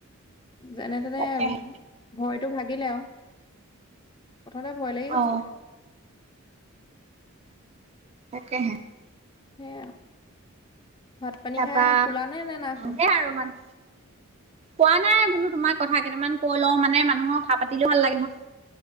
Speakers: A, on the left (about 20°); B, on the right (about 30°).
A: যেনে তেনে
B: তাকেহে
A: ভয়টো ভাগিলে আও। প্ৰথমতে ভয় লাগি গৈছিলে।
B: অ তাকেহে।
A: সেয়া আও। ভাত-পানী
B: তাৰপা
A: খাই শুলা নে, নে নাই শুৱা?
B: সেয়া আৰু মান কোৱা নাই বোলো তোমাক কথা কেইটামান কৈ লও, মানে মানুহক কথা পাতিলেও ভাল লাগে নহয়।